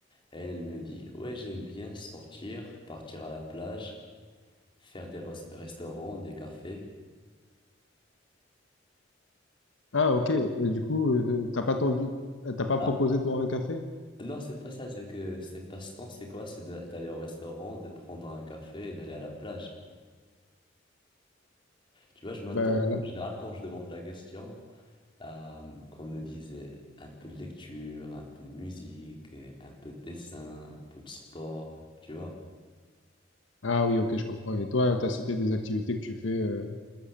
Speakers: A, on the left (about 25°); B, on the left (about 75°).
A: Elle, elle me dit ouais j'aime bien sortir, partir à la plage, faire des rest- restaurants, des cafés.
B: Ah, ok. Et du coup, euh, t'as pas tendu, euh, t'as pas
A: Ah
B: proposé de boire un café?
A: non c'est pas ça, c'est que c'est passe-temps, c'est quoi? C'est de- d'aller au restaurant, de prendre un café et d'aller à la plage. Tu vois, je m'attends
B: Ben,
A: en
B: là...
A: général quand je demande la question à, euh, qu'on me dise euh, un peu de lecture, un peu de musique, euh, un peu de dessin, un peu de sport, tu vois.
B: Ah oui, ok, je comprends. Et toi, t'as cité des activités que tu fais euh,